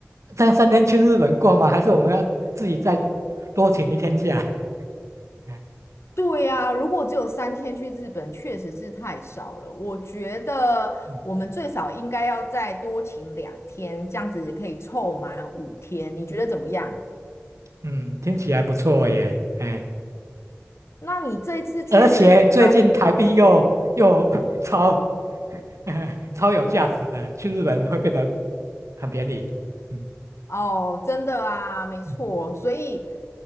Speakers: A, on the right (about 80°); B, on the left (about 60°).
A: 这样三天去日本过吗？还是我们要自己再多请一天假？哎
B: 对呀，如果只有三天去日本，确实是太少了。我觉得我们最少应该要再多请两天，
A: 嗯，
B: 这样子可以凑满五天。你觉得怎么样？
A: 嗯听起来不错耶。哎，
B: 那你这一次去日本
A: 而且最近台币又又 <laughs> 超 <laughs> 超有价值的，去日本会变得很便宜。嗯
B: 哦，真的啊，没错，
A: 嗯
B: 所以